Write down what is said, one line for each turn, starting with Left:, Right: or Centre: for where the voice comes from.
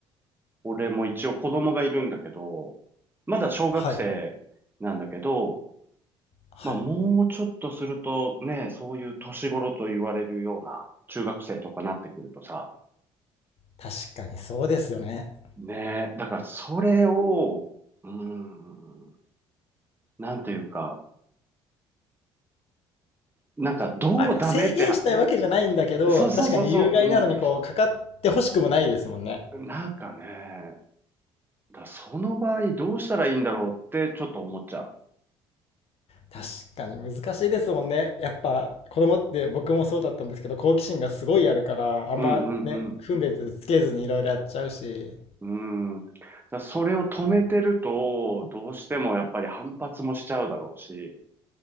Right: 俺も一応子供がいるんだけど、まだ小学生なんだけど、
Left: はい、はい。
Right: まあ、もうちょっとするとね、そういう年頃と言われるような中学生とかなってくるとさ、
Left: 確かにそうですよね。
Right: ねえ、だからそれを、うーん、なんというか、なんかどうダメって、
Left: あ、制限したいわけじゃないんだけど、
Right: そうそうそうそう、
Left: 確かに有害なのにこうかかってほしくもないですもんね。
Right: うん、なんかね、だその場合どうしたらいいんだろうってちょっと思っちゃう。
Left: 確かに難しいですもんね。やっぱ子供って僕もそうだったんですけど、好奇心がすごいあるから、あんまね、
Right: うんうんう
Left: 分別つけずにいろいろやっちゃうし、
Right: ん。うん。だそれを止めてると、
Left: うん
Right: どうしてもやっぱり反発もしちゃうだろうし、